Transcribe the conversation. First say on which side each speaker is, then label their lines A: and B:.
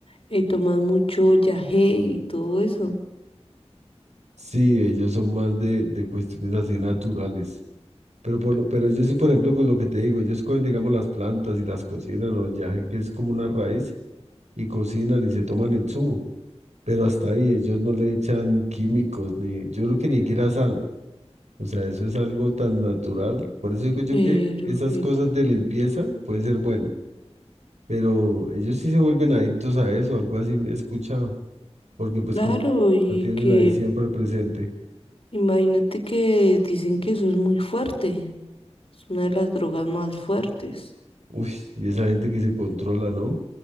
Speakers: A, on the left; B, on the right.
A: eh, toman mucho yagé y todo eso.
B: sí, ellos son más de, de cuestiones así naturales. Pero, por lo, pero ellos sí, por ejemplo, con lo que te digo, ellos cogen, digamos, las plantas y las cocinan o el yaje, que es como una raíz, y cocinan y se toman el zumo, pero hasta ahí ellos no le echan químicos ni yo creo que ni siquiera sal. O sea, eso es algo tan natural. Por eso digo yo
A: Pero,
B: que esas
A: y
B: cosas de limpieza puede ser bueno, pero ellos sí se vuelven adictos a eso, algo así me he escuchado, porque pues
A: claro,
B: como
A: y
B: la tienen
A: que
B: ahí siempre presente.
A: imagínate que dicen que eso es muy fuerte, es una de las drogas más fuertes.
B: Uy, y esa gente que se controla, ¿no?